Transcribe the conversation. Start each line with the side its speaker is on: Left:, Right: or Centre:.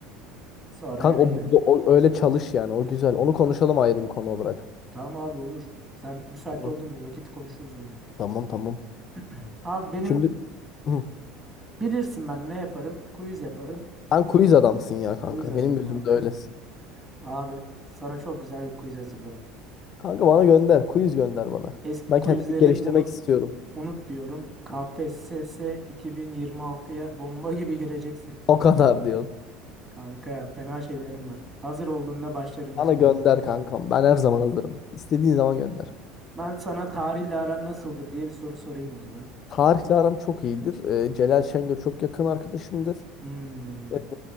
Right: Sonra
Left: Kanka
Right: eve
Left: o,
Right: geldim.
Left: o- öyle çalış yani. O güzel. Onu konuşalım ayrı bir konu olarak.
Right: Tamam abi olur. Sen müsait
Left: Onu-
Right: oldun mu? bir vakit konuşuruz bunu.
Left: Tamam tamam.
Right: <clears throat> Abi benim
Left: Şimdi Hı.
Right: Bilirsin ben ne yaparım? Quiz yaparım.
Left: sen quiz adamsın ya kanka.
Right: Quiz adamım
Left: Benim gözümde
Right: abi. <laughs>
Left: öylesin.
Right: Abi sana çok güzel bir quiz hazırladım.
Left: Kanka bana gönder. Quiz gönder bana.
Right: Eski
Left: Ben kendimi
Right: quizleri
Left: geliştirmek
Right: unut
Left: istiyorum.
Right: unut diyorum. KPSS 2026'ya bomba gibi gireceksin.
Left: O kadar diyorsun.
Right: Kanka fena şeylerim var. Hazır olduğunda başlarım ilk
Left: Bana
Right: sorumla.
Left: gönder kankam. Ben her zaman hazırım. İstediğin zaman gönder.
Right: Ben sana tarihle aran nasıldır diye bir soru sorayım o zaman.
Left: Tarihle aram çok iyidir. Ee, Celal Şengör çok yakın arkadaşımdır.
Right: Hmm.
Left: Ee,